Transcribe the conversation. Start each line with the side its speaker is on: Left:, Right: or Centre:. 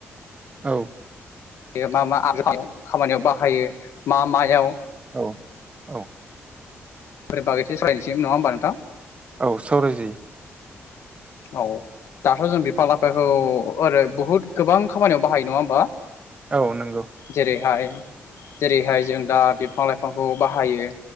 Right: औ।
Left: बेयो मा मा <unintelligible> खामानियाव बाहायो मा मायाव?
Right: औ औ।
Left: <unintelligible> बागै एसे सावरायनोसै नङा होमबा नोंथां?
Right: औ सावरायजायो।
Left: औ दाथ' जों बिफां लाइफांखौ ओरै बुहुद गोबां खामानियाव बाहायो नङा होमबा?
Right: औ नंगौ।
Left: जेरैहाय जेरैहाय जों दा बिफां लाइफांखौ बाहायो